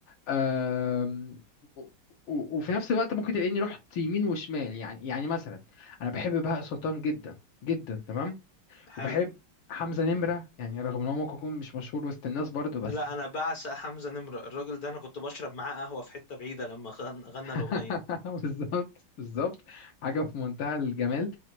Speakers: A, on the left; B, on the left.
A: آم، و- و- وفي نفس الوقت ممكن تلاقيني رحت يمين وشمال يعني يعني مثلا انا بحب بهاء سلطان جدا جدا تمام
B: حلو
A: وبحب حمزة نمرة يعني رغم ان هو ممكن يكون مش مشهور وسط الناس برضه بس
B: لا أنا بعشق حمزة نمرة الراجل ده أنا كنت بشرب معاه قهوة في حتة بعيدة لما غن- غنى
A: <laughs>
B: الأغنية
A: بالظبط بالظبط حاجه في منتهى الجمال